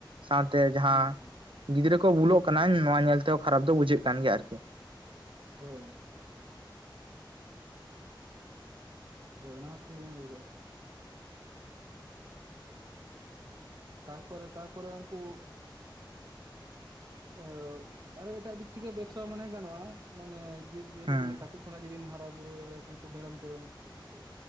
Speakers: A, on the right (about 85°); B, on the right (about 50°).
A: ᱥᱟᱶᱛᱮ ᱡᱟᱦᱟᱸ,
B: ᱦᱩᱸ ᱦᱩᱸ
A: ᱜᱤᱫᱽᱨᱟᱹ ᱠᱚ ᱵᱩᱞᱚᱜ ᱠᱟᱱᱟ ᱱᱚᱣᱟ ᱧᱮᱞᱛᱮ ᱠᱷᱟᱨᱟᱯ ᱫᱚ ᱵᱩᱡᱷᱟᱹᱜ ᱠᱟᱱ ᱜᱮᱭᱟ ᱟᱨᱠᱤ᱾
B: ᱦᱚᱸ ᱦᱳ ᱚᱱᱟ ᱴᱷᱤᱠᱵᱤᱱ ᱞᱟᱹᱭ ᱠᱟᱜᱼᱟ ᱾ ᱛᱟᱠᱚᱨᱮ ᱛᱟᱯᱚᱨᱮ ᱩᱝᱠᱩ ᱟᱣ ᱟᱨᱚ ᱮᱴᱟᱜ ᱫᱤᱠ ᱛᱷᱤᱠᱮ ᱵᱮᱵᱥᱟ ᱢᱟᱱᱮ ᱜᱟᱱᱚᱜᱼᱟ, ᱢᱟᱱᱮ ᱡᱤᱵᱽᱡᱤᱭᱟᱹᱞᱤ
A: ᱦᱮᱸ
B: ᱡᱩᱫᱤ ᱠᱟᱹᱴᱤᱡ ᱠᱷᱚᱱᱟᱜ ᱡᱩᱫᱤᱢ ᱦᱟᱨᱟ ᱵᱩᱨᱩ ᱫᱟᱲᱮᱭᱟᱠᱚᱣᱟ ᱩᱱᱠᱩ ᱢᱮᱨᱚᱢ-ᱴᱮᱨᱚᱢ ᱦᱮᱸ ᱥᱮ,